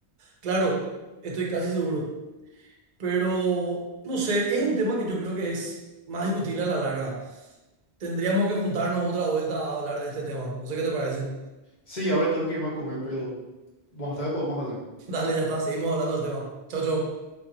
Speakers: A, on the right; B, on the left.
A: Claro, estoy casi seguro, pero no sé, es un tema que yo creo que es más discutible a la larga. Tendríamos que juntarnos otra vuelta a hablar de este tema. No sé qué te parece.
B: Sí, ahora tengo que irme a comer, pero más tarde podemos hablar.
A: <laughs> Dale, ya está, seguimos hablando del tema. Chau, chau.